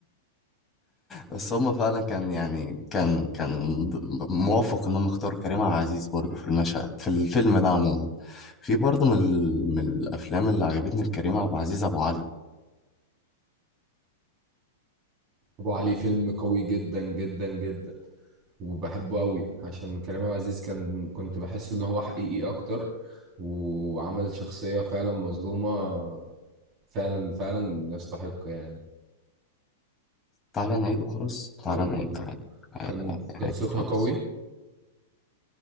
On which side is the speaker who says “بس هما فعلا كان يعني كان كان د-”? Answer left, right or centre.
Left